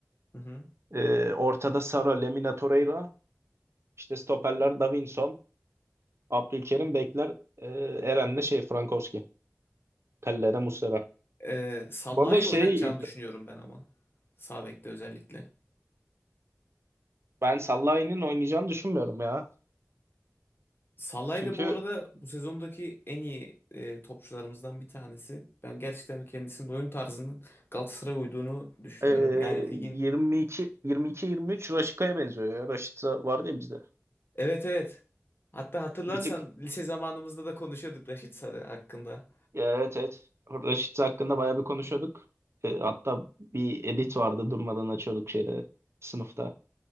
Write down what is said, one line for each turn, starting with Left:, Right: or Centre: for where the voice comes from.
Left: Hı hı.
Right: Ee, ortada Sara, Lemina Torreira, işte stoperler Davinson, Abdülkerim bekler, e, Eren'le şey Frankowski, Tellere Muslera.
Left: Ee, Sallai'yi
Right: Bu arada şey
Left: oynatacağını düşünüyorum ben ama. Sağ bekte özellikle.
Right: ben Sallai'nin oynayacağını düşünmüyorum ya.
Left: Salah'ı
Right: Çünkü
Left: da bu arada bu sezondaki en iyi e, topçularımızdan bir tanesi. Ben gerçekten kendisinin oyun tarzının Galatasaray'a uyduğunu düşünüyorum.
Right: e,
Left: Yani ligin...
Right: 22 22 23 Raşit'e benziyor ya. Raşit vardı ya bizde.
Left: Evet evet. Hatta hatırlarsan
Right: Bir tık
Left: lise zamanımızda da konuşuyorduk Raşit Salih hakkında.
Right: evet evet. Raşit hakkında bayağı bir konuşuyorduk. E, hatta bir edit vardı durmadan açıyorduk şeyde sınıfta.